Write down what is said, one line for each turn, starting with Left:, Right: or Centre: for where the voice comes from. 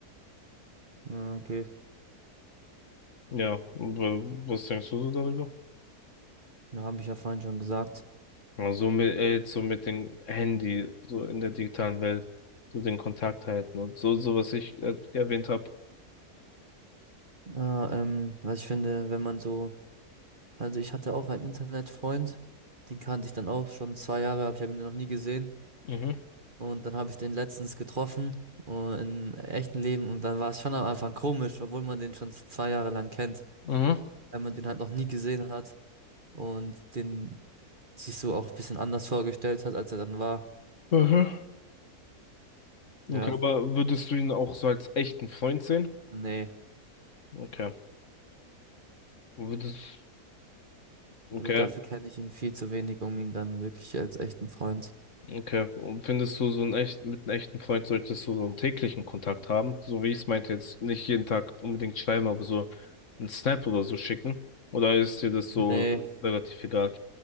Right: Ja, okay,
Left: Ja, w- was denkst du so darüber?
Right: ja, habe ich ja vorhin schon gesagt.
Left: Ja, so mit, äh, jetzt so mit dem Handy, so in der digitalen Welt, so den Kontakt halten und so, so was ich äh, erwähnt habe.
Right: Ja, ähm, also ich finde, wenn man so, also ich hatte auch einen Internetfreund, den kannte ich dann auch schon zwei Jahre, aber ich habe ihn noch nie gesehen.
Left: Mhm.
Right: Und dann habe ich den letztens getroffen äh, in echten Leben und dann war es schon am Anfang komisch, obwohl man den schon zwei Jahre lang kennt,
Left: Mhm.
Right: weil man den halt noch nie gesehen hat und den sich so auch ein bisschen anders vorgestellt hat, als er dann war.
Left: Mhm. Okay,
Right: Ja,
Left: aber würdest du ihn auch so als echten Freund sehen?
Right: Ah, nee,
Left: Okay. Würdest, okay,
Right: also dafür kenne ich ihn viel zu wenig, um ihn dann wirklich als echten Freund.
Left: okay. Und findest du so einen echt, mit einem echten Freund solltest du so einen täglichen Kontakt haben? So wie ich es meinte, jetzt nicht jeden Tag unbedingt schreiben, aber so einen Snap oder so schicken? Oder ist dir das so
Right: Nee,
Left: relativ egal?